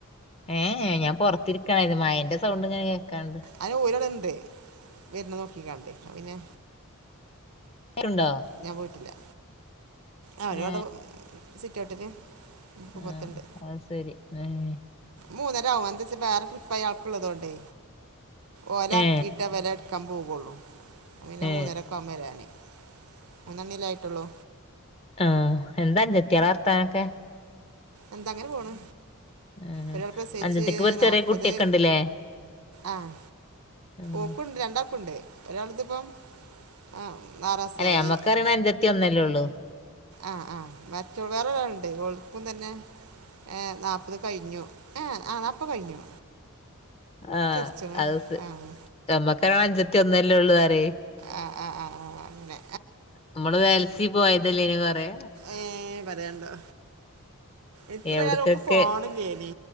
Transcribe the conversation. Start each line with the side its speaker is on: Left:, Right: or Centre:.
Left: ഏഹ് ഞാൻ പൊറത്തിരിക്കണായിരുന്ന് മഴേൻ്റെ സൗണ്ട് ഇങ്ങനെ കേക്കാണ്ട്
Right: അയിന് ഓരാടെ ഇണ്ട് വരുന്ന നോക്കിക്കാണ്ട് ഞാ പിന്നെ
Left: <unintelligible> ലുണ്ടോ
Right: ഞാൻ പോയിട്ടില്ലാ ആഹ് ഒരുപാട്
Left: ഏ
Right: സിറ്റൗട്ടില് മുപ്പത്തൊണ്ട്
Left: ആഹ് അത് സരി <unintelligible>
Right: മൂന്നര ആവും എന്തച്ചാ വേറെ ട്രിപ്പയാക്ക് ഉള്ളതോണ്ടേ ഓലെ
Left: ഏ
Right: എർക്കീട്ടാ ഇവലെട് ക്കാം പൊവൊള്ളൂ. അപ്പംപിന്നെ
Left: ഏ
Right: മൂന്നരക്കാവും വരാന്. മൂന്നണ്യല്ലേ ആയിട്ടുള്ളൂ.
Left: ആഹ്. എന്ത അഞ്ചത്തിയേളെ വർത്താനൊക്കെ?
Right: എന്താ അങ്ങനെ പോണ്.
Left: ഉം
Right: ഒരാൾ പ്രസവിച്ച്
Left: അഞ്ചത്തിക്ക് ഇപ്പൊ ഒരു
Right: നാപ്പത്
Left: ചെറിയ കുട്ടിയൊക്കെ ഉണ്ട്ല്ലേ
Right: ആഹ്
Left: ഉം
Right: ഓക്കുണ്ട് രണ്ടാക്കുണ്ട്. ഒരാൾത് പ്പം ആഹ് നാറാസായി.
Left: അല്ലെ നമ്മക്കറിയണ അഞ്ചത്തി ഒന്നല്ലേ ഉള്ളൂ
Right: ആഹ് ആഹ് മറ്റോൾ വേറെ ഒരാള്ണ്ട് ഓൾ ക്കും തന്നെ ഏഹ് നാപ്പത് കഴിഞ്ഞു ഏഹ് ആഹ് നാപ്പത് കഴിഞ്ഞു.
Left: ആഹ്
Right: ചിറിച്ചണ്
Left: അഹ് സ്
Right: ആ
Left: ഞമ്മക്കൊരാള് അഞ്ചത്തി ഒന്നല്ലൊള്ളു പറ്യേ.
Right: ആഹ് ആഹ് ആഹ് ആഹ് അങ്ങനെ
Left: നമ്മള് വെൽ ത്തി പോയതല്ലേന്യൊ കൊറേ.
Right: ഏഹ് പറയാണ്ടോ. ഇത്ര
Left: എവിടക്കൊക്കെ
Right: കാലം ഓക്ക് ഫോണ് ഇല്ലേനി.